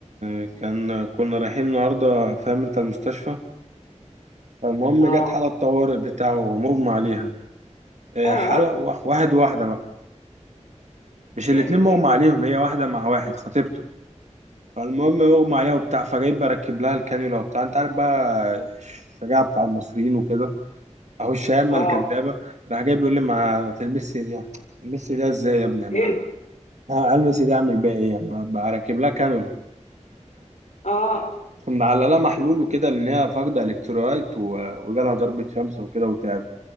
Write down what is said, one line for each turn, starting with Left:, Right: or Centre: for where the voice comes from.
Right: آه، كان كنا رايحين النهاردة فاهم انت المستشفى فالمهم
Left: اه
Right: جت حالة طوارئ بتاعه ومغمى عليها آه،
Left: اه
Right: حلقة وا- واحد واحدة بقى مش
Left: يا
Right: الاتنين
Left: الهي
Right: مغمى عليهم هي واحدة مع واحد خطيبته فالمهم مغمى عليها وبتاع فجاي بركب لها الكانيولا وبتاع انت عارف بقى الشجاعة بتاع المصريين وكده اهو الشهامة
Left: اه
Right: الكدابة راح جاي بيقول لي ما تلمس دي تلمس دي ازاي يا ابني انا
Left: ايه
Right: ه- هلمس دي اعمل بيها ايه انا بركب لها كانيولا
Left: اه
Right: كنا على لها محلول وكده لان هي فاقدة الكترولايت و- وجالها ضربة شمس وكده وتعبت